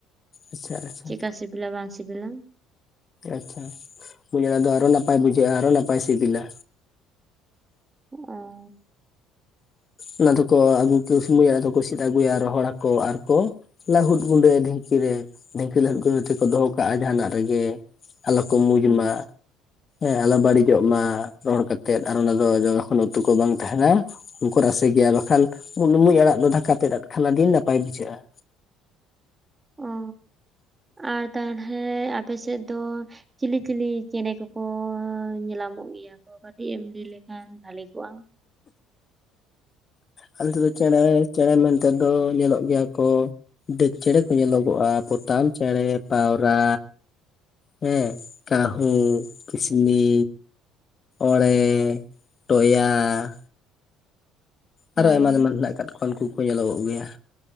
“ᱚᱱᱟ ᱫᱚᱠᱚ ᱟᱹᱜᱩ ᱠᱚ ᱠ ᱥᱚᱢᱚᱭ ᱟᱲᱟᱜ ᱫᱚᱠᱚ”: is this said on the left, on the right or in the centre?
Left